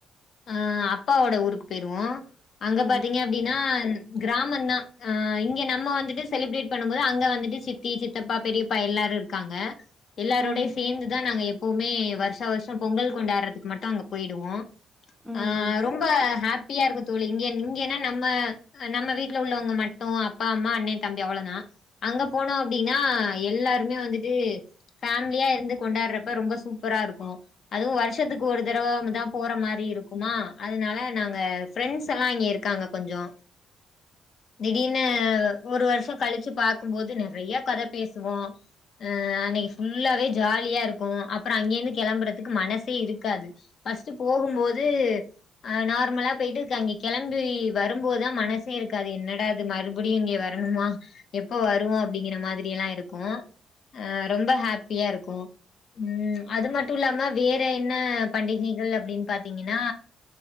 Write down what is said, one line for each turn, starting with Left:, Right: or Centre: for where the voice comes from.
Left: ஆ அப்பாவோட ஊருக்கு போயிருவோ அங்க
Centre: ம்
Left: பாத்தீங்க அப்டின்னா கிராமந் தா ஆ இங்க நம்ம வந்துட்டு செலிப்ரேட் பண்ணும் போது அங்க வந்துட் டு சித்தி சித்தப்பா பெரியப்பா எல்லாரு இருக்காங்க எல்லாரோடயு
Centre: ம்
Left: சேந்துதா நாங்க எப்பவுமே வர்ஷா வர்ஷோ பொங்கல் கொண்டாடுறதுக்கு மட்டு அங்க போயிடுவோ
Centre: ம்
Left: ஆ ரொம்ப ஹாப் பியா இருக்கு தோழி இங்கெ இங்கேனா நம்ம நம்ம வீட்ல உள்ளவங்க மட் டு அப்பா அம்மா அண்ணே தம்பி அவ்ளோதா அங்க போனோ அப்டினா எல்லாருமே வந்துட்டு ஃபேம்லியா இருந்து கொண்டாற்றப்ப ரொம்ப சூப்பரா இருக்கு அதுவு வருஷத்துக்கு ஒரு தடவ வந்து தா போற மாரி இருக்குமா அதுனால நாங்க ஃப்ரெண்ட்ஸ்ல்லா அங்கே இருக்காங்க கொஞ்சோ திடீர்னு ஒரு வருஷோ கழுச்சு பாக்கும்போது நெறைய கத பேசுவோ ஆ அன்னைக்கு ஃபுல்லாவே ஜாலியா இருக்கு அப்பறோ அங்கே இருந்து கெளம்பறதுக்கு மனசே இருக்காது ஃபஸ்ட்டு போகும்போது ஆ நார்மலா போயிட்டு கங்கே கெளம்பி வரும்போதுதா மனசே இருக்காது என்ன டா இது மறுபடியு இங்க வரணுமா எப்ப வருவோ அப்டிங்கிற மாதிரியல்லா இருக்கு ஆ ரொம்ப ஹாப்பியா இருக்கு ம் அது மட்டு இல்லாம வேற என்ன பண்டிகைகள் அப்டின்னு பாத்தீங்கன்னா